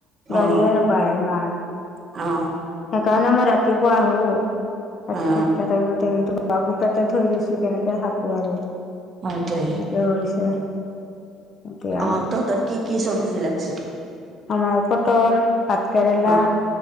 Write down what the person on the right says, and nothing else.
অ
অ
অ
হয় দে
অ তহতৰ কি কি চব্জি জিলা <inaudible>
অ